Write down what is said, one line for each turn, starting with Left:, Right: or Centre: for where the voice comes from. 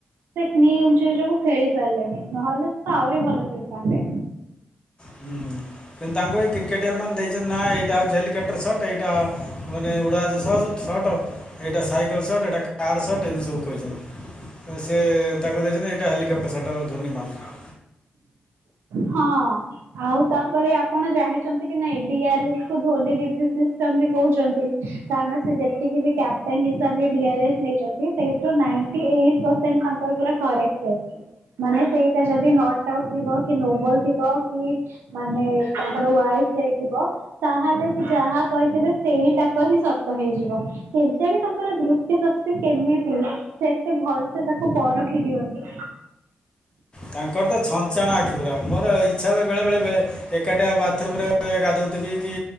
Right: ଖେଳି ପାରିଲେନି ନହେଲେ ତ ଆହୁରି ଭଲ ଖେଳିଥାନ୍ତେ।
Left: ହୁଁ। କିନ୍ତୁ ତାଙ୍କୁ ଏଇ କ୍ରିକେଟିୟର ମାନେ ଦେଇଚନ୍ତି ନା ଏଇଟା ହଉଚି ହେଲିକପ୍ଟର ସଟ୍ ଏଇଟା ମାନେ ଉଡାଜାହାଜ ସଚ ସଟ ଏଇଟା ସାଇକେଲ ସଟ ଏଇଟା କାର୍ ସଟ ଏମିତି ସବୁ କହିଚନ୍ତି। ତ ସେ ତାକୁ ଦେଇଚନ୍ତି ଏଇଟା ହେଲିକପ୍ଟର ସଟ ଏ ଧୋନି ମାଙ୍କୁ
Right: ହଁ ଆଉ ତାପରେ ଆପଣ ଜାଣିଛନ୍ତି କି ନାଇଁ ଡିଆରେସ କୁ ଧୋନି ରିଭ୍ୟୁ ସିଷ୍ଟମ ବି କହୁଚନ୍ତି। କାରଣ ସେ ଯେତିକି ବି କ୍ୟାପଟେନ ହିସାବରେ ଡିଆରେସ ନେଇଚନ୍ତି ସେଇଥିରୁ ନାଇଣ୍ଟୀ ଏଇଟ୍ ପସ ସେଣ୍ଟ ତାଙ୍କର ପୁରା କରେକ୍ଟ ରହୁଚି ମାନେ ସେଇଟା ଯଦି ନଟ ଆଉଟ୍ ଥିବ କି ନୋବଲ ଥିବ କି ମାନେ ତାଙ୍କର ୱାଲଫାଇ ଥିବ। ତାହେଲେ ସେ ଯାହା କହିଥିବେ ସେଇଟାକ ହିଁ ସତ ହେଇଯିବ। କେଜାଣି ତାଙ୍କର ଦୃଷ୍ଟି ଶକ୍ତି କେମିତି। ସେ ଏତେ ଭଲ ସେ ତାକୁ ପରଖି ଦିଅନ୍ତି।
Left: ତାଙ୍କର ତ ଛଞ୍ଚାଣ ଆଖି ପୁରା ମୋର ଇଚ୍ଛା ହୁଏ ବେଳେବେଳେବେ ଏକାଟିଆ ବାର୍ଥରୁମ ରେ ଗାଧୋଉଥିବି କି